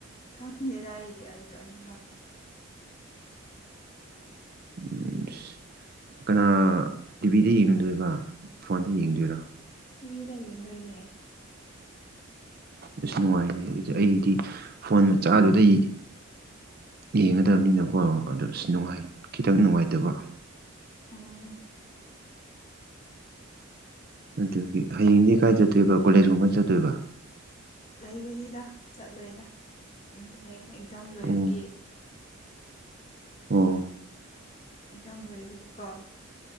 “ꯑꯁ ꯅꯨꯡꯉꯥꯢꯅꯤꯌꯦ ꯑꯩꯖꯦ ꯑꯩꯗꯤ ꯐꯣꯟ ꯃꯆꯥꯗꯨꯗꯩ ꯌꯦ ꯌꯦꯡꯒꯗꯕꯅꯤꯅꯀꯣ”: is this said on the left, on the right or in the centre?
Right